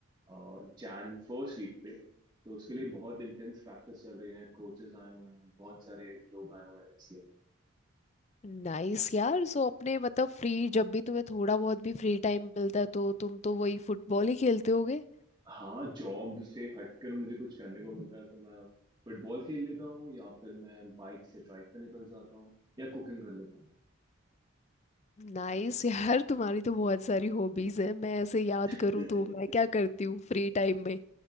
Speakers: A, on the right; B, on the left.
A: और जैन फर्स्ट वीक पे तो उसके लिए बहुत इंटेंस प्रैक्टिस चल रही है कोचेस आए हुए हैं बहुत सारे लोग आए हुए हैं इसलिए
B: नाइस यार सो अपने मतलब फ्री जब भी तुम्हें थोड़ा बहुत भी फ्री टाइम मिलता है तो तुम तो वही फुटबॉल ही खेलते होगे
A: हाँ जॉब से हटकर मुझे कुछ करने को मिलता है तो मैं फुटबॉल खेल लेता हूँ या फिर मैं बाइक से ट्राइक पे निकल जाता हूँ या कुकिंग कर लेता हूँ
B: नाइस यार तुम्हारी तो बहुत सारी हॉबीज है मैं ऐसे याद
A: <laughs>
B: करूँ तो मैं क्या करती हूँ फ्री टाइम में